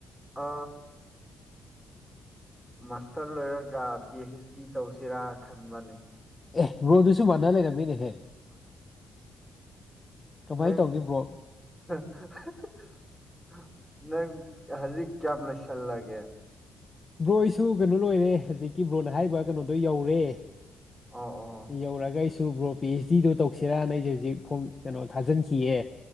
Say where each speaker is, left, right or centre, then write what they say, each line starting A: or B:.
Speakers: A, in the centre; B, on the left.
A: ꯑ ꯃꯥꯥꯁꯇꯔ ꯂꯣꯏꯔꯒ ꯄꯤ ꯑꯩꯩꯆ ꯗꯤ ꯇꯧꯁꯤꯔꯥ ꯈꯟꯕꯅꯤ
B: ꯑꯦ ꯔꯣꯗꯨꯁꯨ ꯃꯥꯟꯅ ꯂꯩꯔꯝꯃꯤꯅꯦꯍꯦ ꯀꯃꯥꯏꯅ
A: ꯂꯩ
B: ꯇꯧꯅꯤ ꯕ꯭ꯔꯣ
A: <unintelligible> ꯅꯪ ꯍꯧꯖꯤꯛ ꯀꯌꯥꯝ ꯂꯩꯁꯜꯂꯒꯦ
B: ꯕ꯭ꯔꯣꯏꯁꯨ ꯀꯩꯅꯣ ꯂꯣꯏꯔꯦ ꯍꯧꯖꯤꯛꯀꯤ ꯕ꯭ꯔꯣꯅ ꯍꯥꯏꯔꯤꯕ ꯀꯩꯅꯣꯗꯣ ꯌꯧꯔꯦ
A: ꯑꯣ ꯑꯣ
B: ꯌꯧꯔꯒ ꯑꯗꯨꯨ ꯕ꯭ꯔꯣ ꯄꯤ ꯑꯩꯆ ꯗꯤꯗꯣ ꯇꯧꯁꯤꯔꯥ ꯅ ꯑꯩꯁꯦ ꯍꯧꯖꯤꯛ ꯐꯣꯝ ꯀꯩꯅꯣ ꯊꯥꯖꯤꯟꯈꯤꯌꯦ